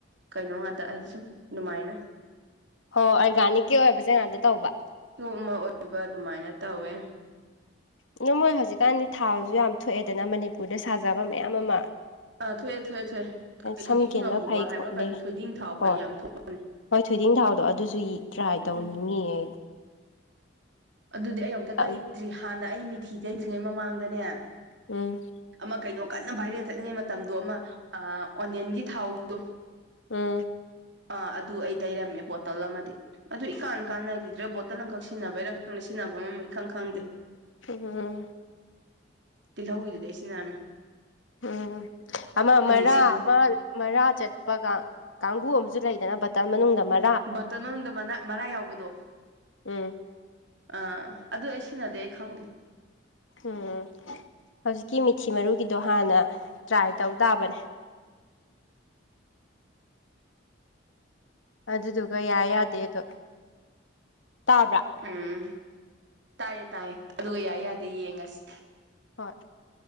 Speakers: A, on the right; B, on the left.
A: ꯀꯩꯅꯣ ꯉꯥꯛꯇ ꯍꯥꯏꯗꯤ ꯁꯨꯝ ꯗꯨꯃꯥꯏꯅ
B: ꯍꯣ ꯑꯣꯔꯒꯥꯅꯤꯛꯀꯤ ꯑꯣꯏꯕꯁꯦ ꯉꯥꯛꯇ ꯇꯧꯕ꯫
A: ꯑꯃ ꯑꯣꯏꯕ ꯑꯗꯨꯃꯥꯏꯅ ꯇꯧꯋꯦ꯫
B: <unintelligible> ꯃꯣꯏ ꯍꯧꯖꯤꯛꯀꯥꯟꯗꯤ ꯊꯥꯎꯁꯨ ꯌꯥꯝ ꯊꯣꯛꯑꯦꯗꯅ ꯃꯅꯤꯄꯨꯔꯗ ꯁꯥꯖꯕ ꯃꯌꯥꯝ ꯑꯃ꯫
A: ꯑꯥ ꯊꯣꯛꯑꯦ ꯊꯣꯛꯑꯦ ꯊꯣꯛꯑꯦ
B: ꯁꯝ ꯀꯦꯟꯕ
A: <unintelligible> ꯑꯃꯨꯕ
B: ꯐꯩ
A: ꯍꯥꯢꯕ꯭ꯔꯥ
B: ꯈꯣꯠꯂꯦ
A: ꯀꯩꯅꯣ ꯊꯣꯏꯗꯤꯡ ꯊꯥꯎ ꯀ
B: ꯍꯣꯏ
A: ꯌꯥꯝ ꯊꯣꯛꯄ
B: ꯍꯣꯏ ꯊꯣꯏꯗꯤꯡ ꯊꯥꯕꯗꯣ ꯑꯗꯨꯁꯨ ꯇ꯭ꯔꯥꯏ
A: ꯎꯝ
B: ꯇꯧꯅꯤꯡꯉꯤꯌꯦ꯫
A: ꯑꯗꯨꯗꯤ ꯑꯩ ꯑꯃꯨꯛꯇ ꯇꯩꯗꯔꯤ
B: ꯎꯝ
A: ꯍꯥꯟꯅ ꯑꯩ ꯃꯤꯊꯤ ꯇꯩꯗ꯭ꯔꯤꯉꯩ ꯃꯃꯥꯡꯗꯅꯦ
B: ꯎꯝ
A: ꯑꯃ ꯀꯩꯅꯣ ꯀꯟꯅ ꯚꯥꯏꯔꯦꯜ ꯆꯠꯂꯤꯉꯩ ꯃꯇꯝꯗꯣ ꯑꯃ ꯑ ꯑꯣꯅꯤꯌꯟꯒꯤ ꯊꯥꯎꯗꯣ꯫
B: ꯎꯝ
A: ꯑꯥ ꯑꯗꯨ ꯑꯩ ꯇꯩꯔꯝꯃꯦ ꯕꯣꯇꯜ ꯑꯃꯗꯤ ꯑꯗꯨ ꯏꯀꯥꯟ ꯀꯥꯟꯅꯈꯤꯗ꯭ꯔꯦ ꯕꯣꯇꯜ ꯑꯃꯈꯛ ꯁꯤ ꯁꯤꯟꯅꯕꯩꯔ ꯈꯪꯗꯦ ꯁꯤꯟꯅꯕꯝ ꯑꯃ ꯏꯈꯪ ꯈꯪꯗꯦ
B: <unintelligible>
A: ꯇꯤꯜꯍꯧꯒꯤꯗꯨꯗꯤ ꯑꯩ ꯁꯤꯖꯤꯟꯅꯥꯔꯝꯃꯦ
B: ꯎꯝ ꯑꯃ ꯃꯩꯔꯥ
A: ꯁꯤꯖꯤꯟꯅꯗꯦ
B: ꯑꯃ ꯃꯔꯥ ꯆꯠꯄꯒ ꯀꯥꯡꯕꯨ ꯑꯃꯁꯨ ꯂꯩꯗꯅ ꯕꯇꯟ ꯃꯅꯨꯡꯗ ꯃ
A: ꯕꯇꯜ ꯃꯅꯨꯡꯗ ꯃꯅꯥ ꯃꯔꯥ ꯌꯥꯎꯕꯗꯣ
B: ꯎꯝ
A: ꯑꯥ ꯑꯗꯨ ꯑꯩ ꯁꯤꯖꯤꯟꯅꯗꯦ ꯑꯩ ꯈꯪꯗꯦ
B: ꯎꯝ ꯍꯧꯖꯤꯛꯀꯤ ꯃꯤꯊꯤ ꯃꯔꯨꯒꯤꯗꯣ ꯍꯥꯟꯅ ꯇ꯭ꯔꯥꯏ ꯇꯧ ꯇꯥꯕꯅꯦ ꯑꯗꯨꯗꯨꯒ ꯌꯥꯏ ꯌꯥꯗꯦꯗꯣ ꯇꯥꯕ꯭ꯔꯥ
A: ꯎꯝ ꯇꯥꯏꯌꯦ ꯇꯥꯏꯌꯦ ꯑꯗꯨꯒ ꯌꯥꯏ
B: ꯎꯝ
A: ꯌꯥꯗꯦ ꯌꯦꯡꯉꯁꯦ
B: ꯍꯣꯏ